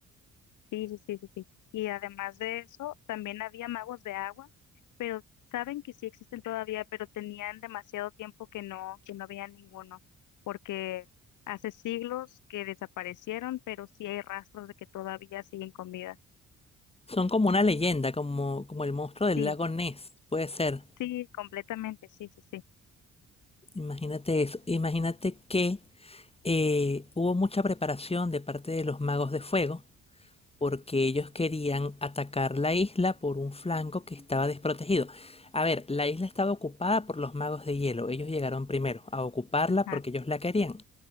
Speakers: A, on the left; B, on the left.
A: Sí, sí, sí, sí, sí. Y además de eso, también había magos de agua, pero saben que sí existen todavía, pero tenían demasiado tiempo que no, que no veían ninguno, porque hace siglos que desaparecieron, pero sí hay rastros de que todavía siguen con vida.
B: Son como una leyenda, como, como el monstruo del
A: Sí,
B: lago Ness. Puede ser.
A: sí, completamente, sí, sí, sí.
B: Imagínate eso. Imagínate que eh, hubo mucha preparación de parte de los magos de fuego porque ellos querían atacar la isla por un flanco que estaba desprotegido. A ver, la isla estaba ocupada por los magos de hielo. Ellos llegaron primero a ocuparla
A: Ajá.
B: porque ellos la querían.